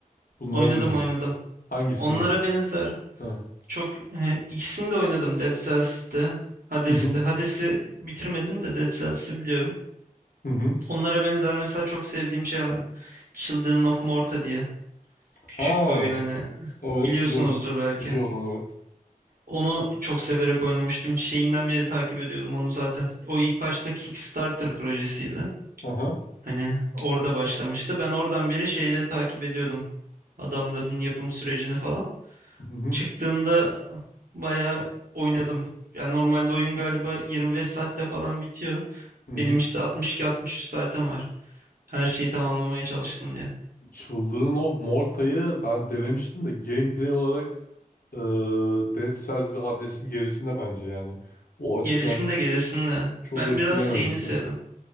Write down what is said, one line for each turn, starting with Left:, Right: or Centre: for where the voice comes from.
Left: Bunları
Right: Oynadım
Left: duydun.
Right: oynadım.
Left: Hangisini
Right: Onlara
Left: mesela?
Right: benzer.
Left: Ha.
Right: Çok e, ikisini de oynadım Dead Cells'te, Hades'te.
Left: Hı hı.
Right: Hades'i bitirmedim de Dead Cells'i biliyorum.
Left: Hı hı.
Right: Onlara benzer mesela çok sevdiğim şey vardı. Children of Morta diye. Küçük
Left: Ha.
Right: bir oyun hani
Left: Evet
Right: biliyorsunuzdur
Left: biliyorum.
Right: belki.
Left: Biliyorum evet.
Right: Onu çok severek oynamıştım. Şeyinden beri takip ediyordum onu zaten. O ilk başta Kickstarter projesiydi.
Left: Aha.
Right: Hani orada başlamıştı. Ben oradan beri şeyle takip ediyordum. Adamların yapım sürecini falan.
Left: Hı hı.
Right: çıktığında bayağı oynadım. Yani normalde oyun galiba 25 saatte falan bitiyor.
Left: Hı hı.
Right: Benim işte 62-63 saatim var. Her şeyi
Left: Ç-
Right: tamamlamaya çalıştım diye.
Left: Children of Morta'yı ben denemiştim de gameplay olarak e, Dead Cells ve Hades'in gerisinde bence yani. O açıdan
Right: Gerisinde gerisinde.
Left: çok
Right: Ben
Left: etkileyememişti.
Right: biraz şeyini sevdim.